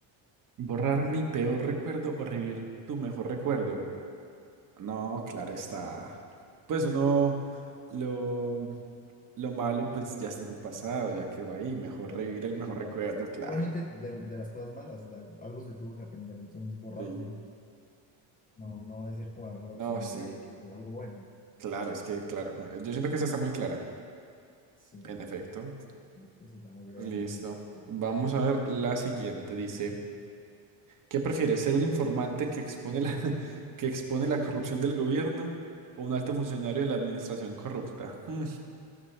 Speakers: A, on the right; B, on the left.
A: Borrar mi peor recuerdo o revivir tu mejor recuerdo. No, claro está. Pues uno lo, lo malo, pues ya está en el pasado, ya quedó ahí. Mejor
B: Ya,
A: revivir
B: ya, ok,
A: el mejor
B: ya.
A: recuerdo, claro.
B: Igualmente de, de las cosas malas, de algo, algo se tuvo que aprender, entonces borrarlo.
A: Sí.
B: No, no va a ser como la mejor
A: No,
B: opción
A: sí.
B: y revivirlo, algo bueno.
A: Claro, es que, claro, no. Yo siento que esa está muy clara.
B: Sí,
A: En efecto.
B: pues sí, la mayoría
A: Listo.
B: de la gente. <laughs>
A: Vamos
B: Sí.
A: a ver la siguiente. Dice. ¿Qué prefieres, ser un informante que expone la, <laughs> que expone la corrupción del gobierno o un alto funcionario de la administración corrupta? Mm,